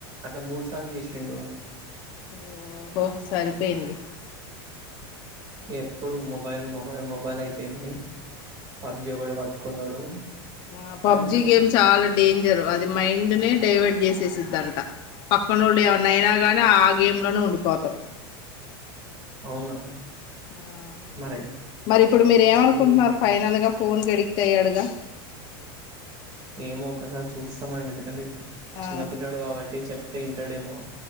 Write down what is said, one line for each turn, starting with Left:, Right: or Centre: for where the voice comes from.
Right: అట్లా మూడు సార్లు చేసిండు
Left: ఓహో సరిపోయింది
Right: ఎప్పుడు మొబైల్ మొబైల్ మొబైల్ అయిపోయింది పబ్జి ఒకటి పట్టుకున్నాడు
Left: ఆ పబ్జి
Right: కనీసం
Left: గేమ్ చాలా డేంజరు అది మైండ్ ని డైవర్ట్ చేసేసిద్దంట పక్కనోళ్ళు ఏవనయినా గాని ఆ గేమ్ లోనే ఉండిపోతారు
Right: అవునా
Left: ఉమ్
Right: మరి
Left: మరి ఇప్పుడు మీరు ఏమనుకుంటున్నారు
Right: నీ
Left: ఫైనల్ గా ఫోన్ కి ఎడిక్ట్ అయ్యాడుగా
Right: ఏమో ఒకసారి చూస్తామనండి ఎందుకంటే
Left: ఆ
Right: చిన్న పిల్లడు కాబట్టి చెప్ ఇంటడేమో